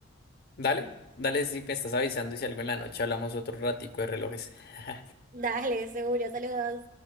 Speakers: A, on the left; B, on the right.
A: Dale, dale, si me estás avisando y si algo en la noche hablamos otro ratico de relojes. <laughs>
B: Dale, seguro, saludos.